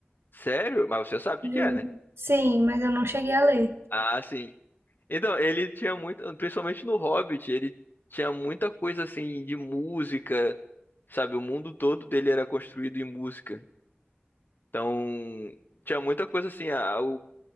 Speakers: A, on the left; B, on the right.
A: Sério? Mas você sabe o
B: juro.
A: que que é, né?
B: Sim, mas eu não cheguei a ler.
A: Ah, sim. Então, ele tinha muito, principalmente no Hobbit, ele tinha muita coisa assim de música, sabe? O mundo todo dele era construído em música. Então, tinha muita coisa assim, a,